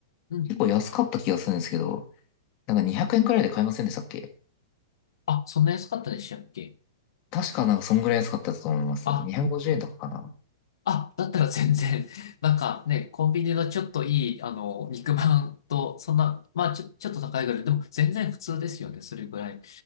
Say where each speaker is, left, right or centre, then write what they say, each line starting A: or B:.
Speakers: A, on the left; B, on the left.
A: うんうん。
B: 結構安かった気がするんですけど、なんか200円くえんくらいで買えませんでしたっけ
A: あ、そんな安かったでしたっけ
B: 確かなんかそんぐらい安かったと思います。
A: あ、
B: 250円とかかな。
A: あ、だったら全然、<laughs> なんかね、コンビニのちょっといい、あの、肉まんと、そんな、まあちょ、ちょっと高いぐらい、でも全然普通ですよね。それぐらい